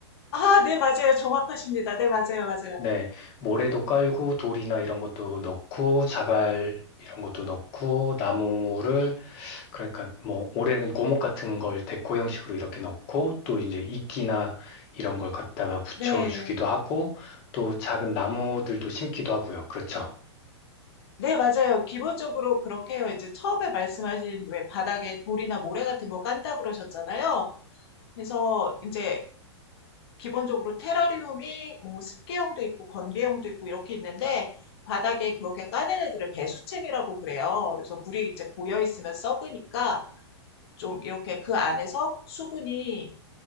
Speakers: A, on the left; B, on the left.
A: 아, 네, 맞아요. 정확하십니다. 네, 맞아요. 맞아요.
B: 네, 모래도 깔고 돌이나 이런 것도 넣고 자갈 이런 것도 넣고 나무를 그러니까 뭐 오래된 고목 같은 걸 데코 형식으로 이렇게 넣고 또 이제 이끼나 이런 걸 갖다가 붙여주기도
A: 네.
B: 하고 또 작은 나무들도 심기도 하고요. 그렇죠.
A: 네, 맞아요. 기본적으로 그렇게 해요. 이제 처음에 말씀하신 왜 바닥에 돌이나 모래 같은 거 깐다 그러셨잖아요. 그래서 이제 기본적으로 테라리움이 뭐 습기형도 있고 건기형도 있고 이렇게 있는데 바닥에 그렇게 까는 애들을 배수층이라고 그래요. 그래서 물이 이제 고여 있으면 썩으니까 좀 이렇게 그 안에서 수분이